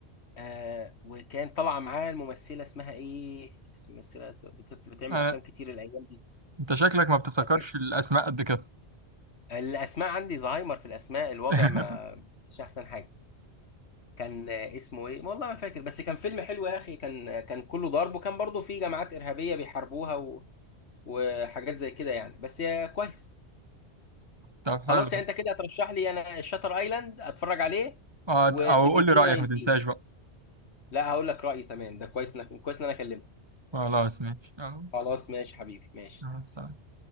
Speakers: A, on the left; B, on the right.
A: آه وكان طالعه معاه الممثله اسمها ايه اسم- ممثله بت- بتعمل
B: آه،
A: افلام كتير الايام دي
B: انت شكلك ما بتفتكرش
A: فكان
B: الاسماء قد كده
A: الاسماء عندي زهايمر في الاسماء الوضع
B: <laughs>
A: ما مش احسن حاجه كان آه، اسمه ايه والله ما فاكر بس كان فيلم حلو يا اخي كان آه، كان كله ضرب وكان برضه في جماعات ارهابيه بيحاربوها و... وحاجات زي كده يعني بس يا كويس
B: طب حلو
A: خلاص يعني انت كده هترشح لي انا شاتر ايلاند اتفرج عليه
B: اه
A: و17
B: او قول لي
A: 19
B: رأيك ما تنساش بقى
A: لا هقول لك رايي تمام ده كويس انك كويس ان انا كلمتك
B: خلاص ماشي اه
A: خلاص ماشي حبيبي ماشي
B: آه، سلام